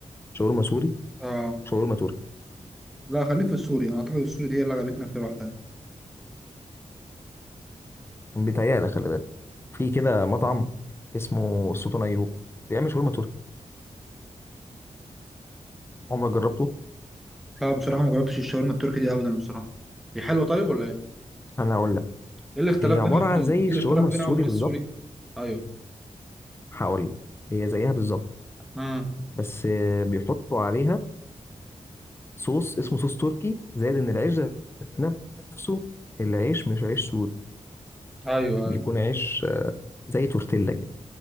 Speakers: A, on the left; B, in the centre.
A: شاورما سوري
B: اه
A: شاورما تركي
B: لا خليك في السوري انا اعتقد السوري دي هي اللي عجبتنا اكتر واحده
A: بيتهيألك خلي بالك في كده مطعم اسمه السلطان ايوب بيعمل شاورما تركي عمرك جربته
B: لا بصراحة ما جربتش الشاورما التركي دي أبدا بصراحة دي حلوه طيب ولا ايه؟
A: انا هقول لك
B: ايه الاختلاف
A: هي عباره
B: بينها وبين
A: عن زي
B: ايه
A: الشاورما
B: الاختلاف بينها
A: السوري
B: وبين
A: بالظبط
B: السوري؟ ايوه
A: هقول لك هي زيها بالظبط
B: امم
A: بس آه، بيحطوا عليها صوص اسمه صوص تركي زائد ان العيش ذات نفسه العيش مش عيش سوري
B: ايوه
A: بيكون
B: ايوه
A: عيش آه، زي تورتيلا كده